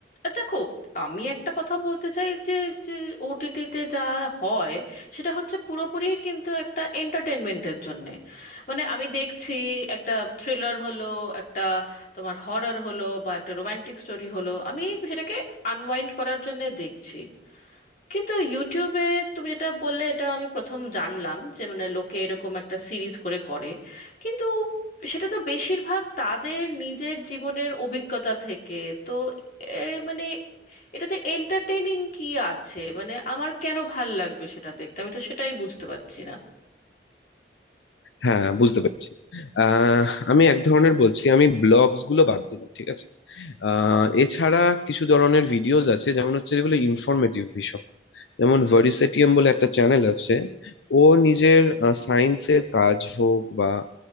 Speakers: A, on the left; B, on the left.
A: দেখো আমি একটা কথা বলতে চাই যে যে ওটিটিতে যা হয় সেটা হচ্ছে পুরোপুরি কিন্তু একটা এন্টারটেনমেন্টের জন্যে মানে আমি দেখছি একটা থ্রিলার হলো একটা তোমার হরর হলো বা একটা রোমান্টিক স্টোরি হলো আমি সেটাকে আনওয়াইন্ড করার জন্য দেখছি কিন্তু ইউটিউবে তুমি যেটা বললে এটা আমি প্রথম জানলাম যে মানে লোকে এরকম একটা সিরিজ করে করে কিন্তু সেটা তো বেশিরভাগ তাদের নিজের জীবনের অভিজ্ঞতা থেকে তো এ, মানে এটাতে এন্টারটেইনিং কি আছে মানে আমার কেন ভাল লাগবে সেটা দেখতে আমি তো সেটাই বুঝতে পারছি না
B: হ্যাঁ বুঝতে পেরেছি আহ, আমি এক ধরনের বলছি আমি ব্লগস গুলো বাদ দিলাম ঠিক আছে আহ, এছাড়া কিছু ধরনের ভিডিওস আছে যেমন হচ্ছে যেগুলো ইনফরমেটিভ ভীষণ যেমন ভার্সেটিয়াম বলে একটা চ্যানেল আছে ও নিজের সায়েন্সের কাজ হোক বা